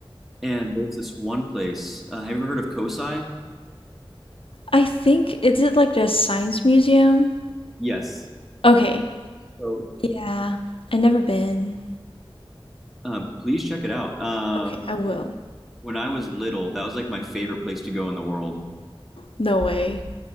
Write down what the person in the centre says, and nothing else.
And there's this one place. Uh, have you ever heard of Kosai?
Yes.
So
uh, please check it out. Uh,
when I was little, that was like my favorite place to go in the world.